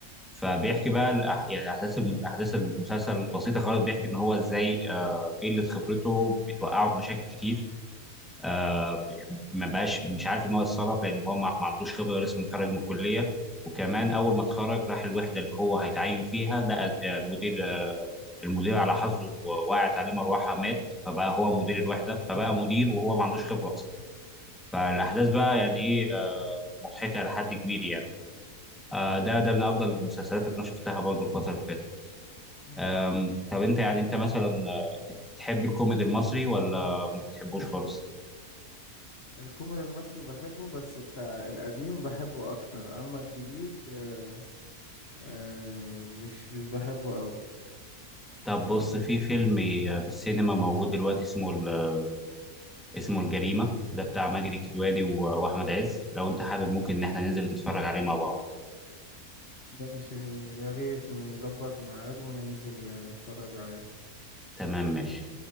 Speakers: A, in the centre; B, on the left (about 45°).
A: فبيحكي
B: آه.
A: بقى الأح... يعني احداث الم... احداث المسلسل بسيطه خالص بيحكي ان هو ازاي آه... قله خبرته بتوقعه في مشاكل كتير آه... ب- ما بقاش مش عارف ان هو يتصرف لان هو ما, ما عندوش خبره لسه متخرج من الكليه وكمان اول ما اتخرج راح الوحده اللي هو هيتعين فيها لقى آه، المدير آه، المدير على حظه وقعت عليه مروحه مات فبقى هو مدير الوحده فبقى مدير وهو ما عندوش خبره اصلا فالاحداث بقى يعني ايه آه، مضحكه لحد كبير يعني آه، ده ده من افضل المسلسلات اللي انا شفتها برضه الفتره اللي فاتت
B: مم.
A: أم، طب انت يعني انت مثلا بتحب الكوميدي المصري ولا ما بتحبوش خالص
B: الكوميدي المصري بحبه بس بتاع القديم بحبه أكتر أما الجديد آه آه مش مش بحبه أوي
A: طب بص في فيلم آه، في السينما موجود دلوقتي اسمه ال- اسمه الجريمة ده بتاع ماجد الكدواني و- واحمد عز لو انت حابب ممكن ان احنا ننزل نتفرج عليه مع بعض
B: ماشي يا ريت نظبط ميعاد وننزل نتفرج عليه
A: تمام ماشي